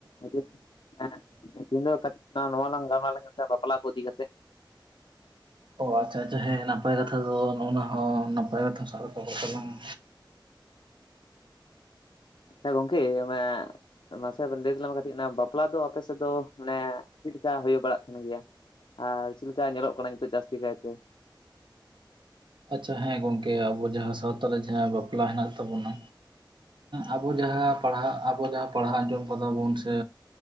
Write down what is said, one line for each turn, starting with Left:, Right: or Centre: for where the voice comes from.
Left: ᱦ ᱦᱮᱸ ᱫᱚ ᱠᱟᱹᱴᱤᱡ ᱱᱚᱣᱟ ᱞᱟᱝ ᱜᱟᱞ ᱢᱟᱨᱟᱣᱟ ᱥᱮ ᱵᱟᱯᱞᱟ ᱠᱚ ᱤᱫᱤ ᱠᱟᱛᱮᱫ
Right: ᱚ ᱟᱪᱪᱷᱟ ᱟᱪᱪᱷᱟ ᱦᱮᱸ ᱱᱟᱯᱟᱭ ᱠᱟᱛᱷᱟ ᱫᱚ ᱱᱚᱜᱼᱚᱭ ᱱᱚᱣᱟ ᱦᱚᱸ ᱱᱟᱯᱟᱭ ᱠᱟᱛᱷᱟᱢ ᱥᱟᱵ ᱨᱟᱠᱟᱵ ᱟᱠᱟᱫ ᱛᱟᱞᱟᱝ-ᱟ
Left: ᱦᱮᱸ ᱜᱚᱝᱠᱮ ᱚᱱᱮ ᱢᱟᱥᱮ ᱞᱟᱹᱭ ᱛᱟᱞᱟᱝ ᱢᱮ ᱠᱟᱹᱴᱤᱡ ᱵᱟᱯᱞᱟ ᱫᱚ ᱟᱯᱮ ᱥᱮᱫ ᱫᱚ ᱢᱟᱱᱮ ᱪᱮᱫ ᱞᱮᱠᱟ ᱦᱩᱭ ᱵᱟᱲᱟᱜ ᱠᱟᱱ ᱜᱮᱭᱟ ᱟᱨ ᱪᱮᱫ ᱞᱮᱠᱟ ᱧᱮᱞᱚᱜ ᱠᱟᱱᱟ ᱱᱤᱛᱚᱜ ᱡᱟᱹᱥᱛᱤ ᱠᱟᱭᱛᱮ?
Right: ᱟᱪᱪᱷᱟ ᱦᱮᱸ ᱜᱚᱝᱠᱮ ᱟᱵᱚ ᱡᱟᱦᱟᱸ ᱥᱟᱶᱛᱟ ᱨᱮ ᱡᱟᱦᱟᱸ ᱵᱟᱯᱞᱟ ᱦᱮᱱᱟᱜ ᱛᱟᱵᱚᱱᱟ ᱟᱵᱚ ᱡᱟᱦᱟᱸ ᱯᱟᱲᱦᱟᱜ ᱟᱵᱚ ᱡᱟᱦᱟᱸ ᱯᱟᱲᱦᱟᱣ ᱟᱸᱡᱚᱢ ᱠᱟᱫᱟ ᱵᱚᱱ ᱥᱮ